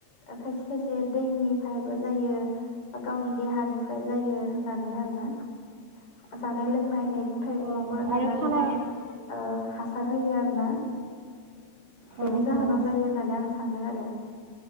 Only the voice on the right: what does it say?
औ
आरो खानाय
औ नोंथां
औ